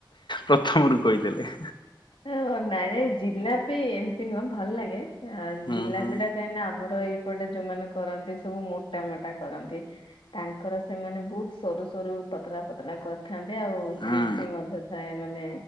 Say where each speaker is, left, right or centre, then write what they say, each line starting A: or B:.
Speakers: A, on the left; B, on the left.
A: ପ୍ରଥମରୁ କହିଦେଲେ
B: ଓ ନାଇଁ ନାଇଁ ଜିଲାପି ଏମତି ନୁହଁ ଭଲ ଲାଗେ
A: ହୁଁ
B: ଜିଲାପି
A: ହୁଁ
B: ଟା କାହିଁକି ନା ଆମର ଏଇ ଏପଟେ ଯୋଉମାନେ କରନ୍ତି ସବୁ ମୋଟା ମୋଟା କରନ୍ତି ତାଙ୍କର ସେମାନେ ବହୁତ ସରୁ ସରୁ ପତଳା ପତଳା କରି ଥା ଆଉ
A: ହୁଁ
B: କ୍ରିସ୍ପି ମଧ୍ୟ ଥାଏ ମାନେ